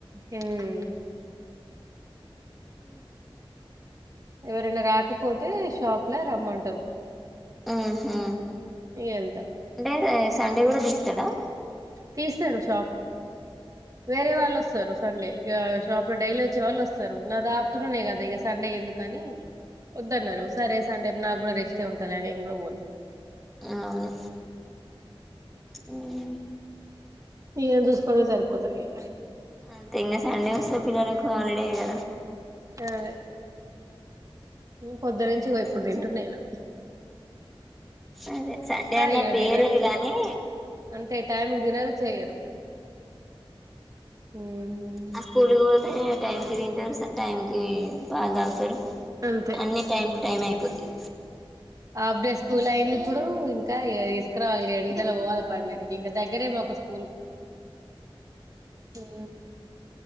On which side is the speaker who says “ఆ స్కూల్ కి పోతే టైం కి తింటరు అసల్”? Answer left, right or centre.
Centre